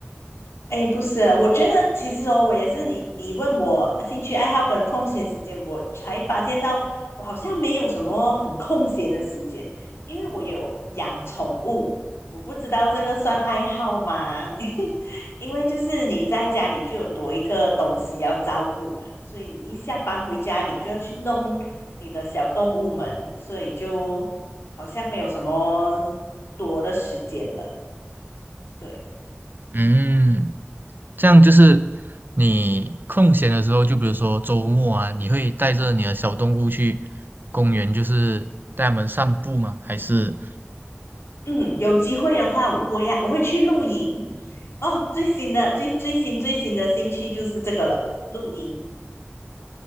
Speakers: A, on the left; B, on the right.
A: 哎，不是，我觉得其实哦，我也是你，你问我兴趣爱好跟空闲时间，我才发现到我好像没有什么很空闲的时间，因为我有养宠物，我不知道这个算爱好吗？<laughs> 因为就是你在家里就有多一个东西要照顾嘛，所以你一下班回家，你就要去弄你的小动物们，所以就好像没有什么多的时间了。对。
B: 嗯，这样就是你空闲的时候，就比如说周末啊，你会带着你的小动物去公园，就是带它们散步吗？还是
A: 嗯，有机会的话，我会呀，我会去露营。哦，最新的最最新最新的兴趣就是这个了，露营。